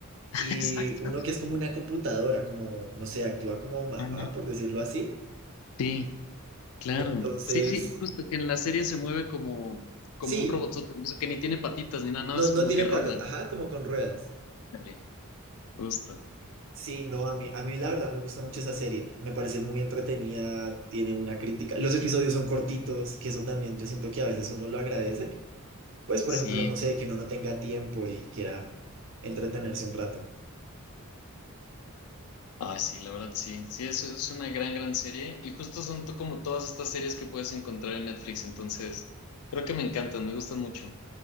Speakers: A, on the left; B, on the right.
A: <laughs>
B: y
A: Exacto.
B: uno que es como una computadora, como, no sé, actúa como mamá,
A: Ah,
B: por decirlo así.
A: Sí, claro.
B: Entonces,
A: Sí, sí, justo que en la serie se mueve como, como
B: sí,
A: un robotzote, incluso que ni tiene patitas ni nada, nada
B: no,
A: más
B: no
A: como
B: tiene
A: que rueda.
B: patas, ajá, como con ruedas.
A: Ándale, Justo.
B: Sí, no, a mí, a mí la verdad me gusta mucho esa serie, me parece muy entretenida, tiene una crítica, los episodios son cortitos, que eso también yo siento que a veces uno lo agradece, pues por
A: Sí.
B: ejemplo, no sé, que uno no tenga tiempo y quiera entretenerse un rato.
A: Ah, sí, la verdad, sí. Sí, es, es una gran, gran serie. Y justo son to- como todas estas series que puedes encontrar en Netflix. Entonces, creo que me encantan, me gustan mucho.